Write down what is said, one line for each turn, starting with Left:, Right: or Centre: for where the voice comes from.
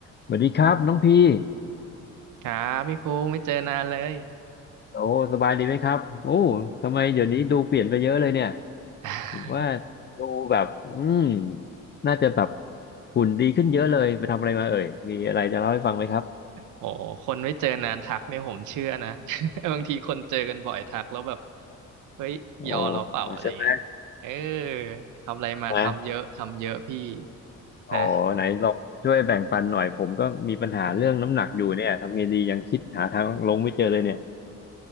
Left: สวัสดีครับน้องพี่
Right: ครับพี่คุ้งไม่เจอนานเลย
Left: โอ้สบายดีไหมครับโอ้
Right: โอ้
Left: ทำไมเดี๋ยวนี้ดูเปลี่ยนไปเยอะเลยเนี่ย
Right: <laughs>
Left: ผมว่าดูแบบอืมน่าจะแบบหุ่นดีขึ้นเยอะเลยไปทำอะไรมาเอ่ยมีอะไรจะเล่าให้ฟังไหมครับ
Right: โอ้คนไม่เจอนานทักเนี่ยผมเชื่อนะ <laughs> บางทีคนเจอกันบ่อยทักแล้วแบบเฮ้ยยอเราเปล่าอะไรเงี้ยเออ
Left: โอ้ใช่ไหม
Right: ทำอะไรมาทำเยอะทำเยอะพี่
Left: นะโอ้ไหนลองช่วยแบ่งปันหน่อยผมก็มีปัญหาเรื่องน้ำหนักอยู่เนี่ยทำไงดียังคิดหาทางลงไม่เจอเลยเนี่ย
Right: นะอืม